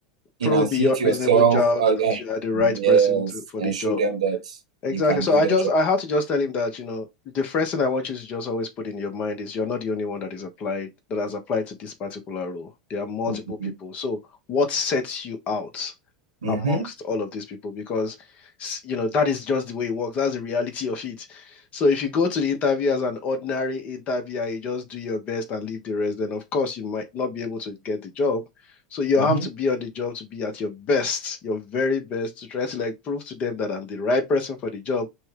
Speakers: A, on the right (about 75°); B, on the left (about 40°).
A: enunciate
B: Prove beyond
A: yourself.
B: reasonable doubt
A: Uh,
B: that
A: eh,
B: you are the right
A: yes,
B: person to for
A: and
B: the job.
A: show them that
B: Exactly.
A: you can
B: So
A: do
B: I
A: the
B: just
A: job.
B: I had to just tell him that, you know, the first thing I want you to just always put in your mind is you're not the only one that is applied that has applied to this particular role. There are multiple
A: Mm-hmm.
B: people. So what sets you out
A: Mm-hmm.
B: amongst all of these people? Because s- you know, that is just the way it works. That's the reality of it. So if you go to the interview as an ordinary interviewer, you just do your best and leave the rest, then of course you might not be able to get the job. So you
A: Mm-hmm.
B: have to be on the job to be at your best, your very best, to try to like prove to them that I'm the right person for the job.